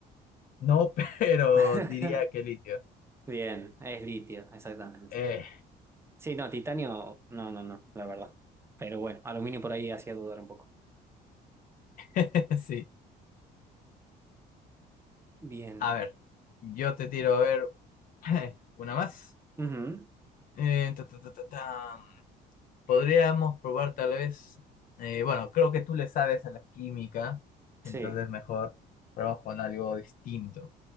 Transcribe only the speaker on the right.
<laughs>
Bien, es litio, exactamente.
Sí, no, titanio, no, no, no, la verdad. Pero bueno, aluminio por ahí hacía dudar un poco.
Bien.
Ujú,
Sí,